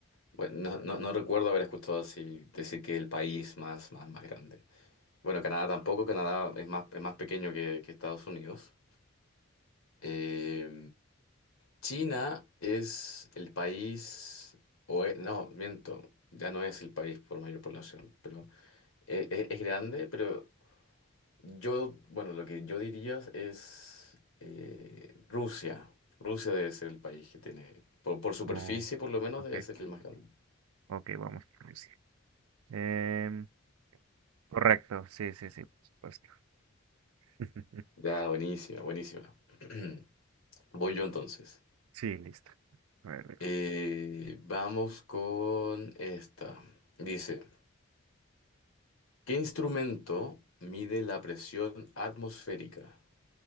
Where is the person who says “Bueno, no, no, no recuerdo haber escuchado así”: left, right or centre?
Left